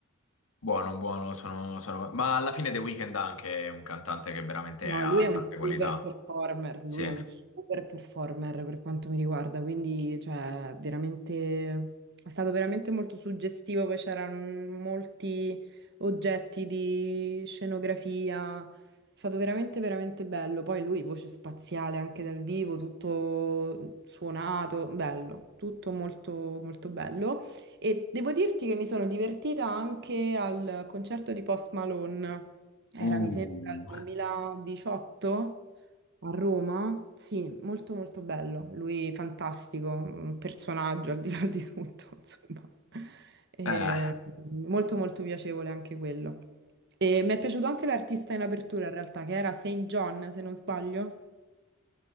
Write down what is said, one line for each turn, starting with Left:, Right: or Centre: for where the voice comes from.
Left: Buono, buono, sono, sono- Ma alla fine The Weeknd ha anche è un cantante che veramente
Right: No,
Left: ha
Right: lui è un
Left: tante qualità.
Right: super performer,
Left: Sì.
Right: lui è un super performer per quanto mi riguarda, quindi cioè, veramente, è stato veramente molto suggestivo, poi c'erano molti oggetti di scenografia, è stato veramente, veramente bello, poi lui voce spaziale anche dal vivo, tutto suonato, bello, tutto molto, molto bello e devo dirti che mi sono divertita anche al concerto di Post Malone. Era,
Left: Uh.
Right: mi sembra, il 2018 a Roma. Sì, molto molto bello. Lui fantastico, un personaggio al di là di tutto, <laughs> insomma. E,
Left: Eh,
Right: molto molto piacevole anche quello. E mi è piaciuto anche l'artista in apertura, in realtà, che era Saint John, se non sbaglio.